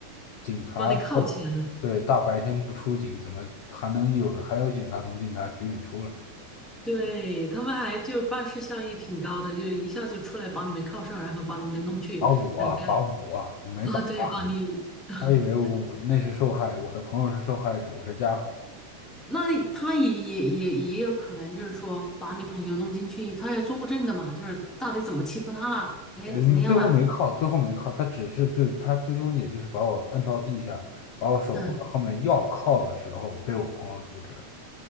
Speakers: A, on the left; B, in the centre.
A: 警察
B: 把你铐起来了。
A: 对大白天不出警，怎么还能有还有警察从警察局里出来？
B: 对，他们还就是办事效益挺高的，就是一下就出来把你们铐上，然后把你们弄去，
A: 把我把我没把他
B: 就是该啊，对，把你 <laughs>。
A: 他以为我那是受害，我的朋友是受害者，我是加
B: 那他也也也也有可能就是说把你朋友弄进去，他要作证的嘛，就是到底怎么欺负他了，哎，
A: 嗯，
B: 怎么样了？
A: 最后没靠，最后没靠，他只是最，他最终也就是把我摁到地下，把我手放到后面要靠的时候，
B: 嗯
A: 被我朋友阻止了